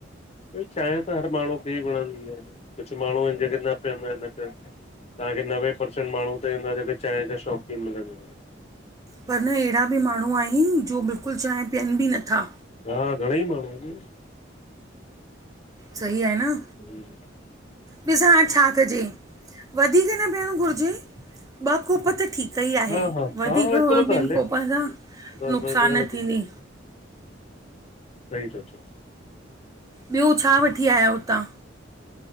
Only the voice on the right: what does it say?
पर न अहिड़ा बि माण्हूं आहिनि जो बिल्कुलु चांहि पीअनि बि नथा।
सही आहे न
ॾिसां, छा कजे वधीक न पिअणु घुरिजे, ॿ कोप त ठीक। सही आहे
वधीक
ॿिनि
कोपनि सां
नुक़सान
न
थींदी
ॿियो, छा वठी आयां हुतां?